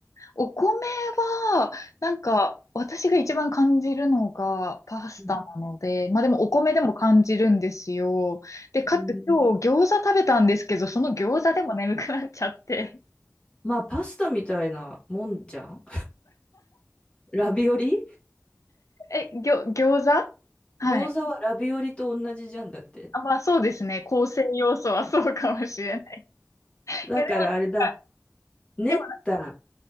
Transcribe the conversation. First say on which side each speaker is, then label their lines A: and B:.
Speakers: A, on the left; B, on the left.
A: お米は、なんか、私が一番感じるのがパスタなので、
B: うん
A: まあでもお米でも感じるんですよ。で、かつ今日餃子食べたんですけど、
B: うん
A: その餃子でも眠くなっちゃって。
B: まあ、パスタみたいなもんじゃん <laughs> ラビオリ
A: え、ぎょ、餃子はい。
B: 餃子はラビオリと同じじゃんだって。
A: あ、まあそうですね。構成要素はそうかもしれない。
B: だからあれだ、
A: いや、でもなんか、
B: 練った、
A: でもなんか、